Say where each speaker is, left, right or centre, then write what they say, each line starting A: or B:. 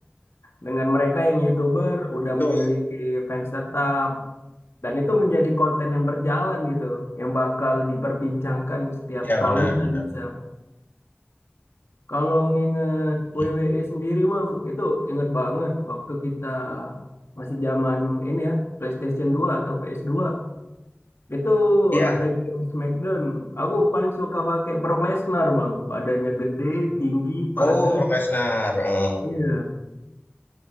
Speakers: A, on the left; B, on the left.
A: dengan mereka yang YouTuber udah
B: Itu
A: memiliki fans tetap dan itu menjadi konten yang berjalan gitu, yang bakal diperbincangkan setiap
B: ya
A: tahunnya
B: benar benar.
A: bisa. Kalau nginget
B: Iya
A: WWE sendiri Bang, itu inget banget waktu kita masih zaman ini ya, PlayStation dua atau ps dua. Itu
B: iya,
A: ada game SmackDown. Aku paling suka pakai Brock Lesnar, Bang. Badannya gede, tinggi, padat.
B: oh, Brock Lesnar, heeh.
A: Iya.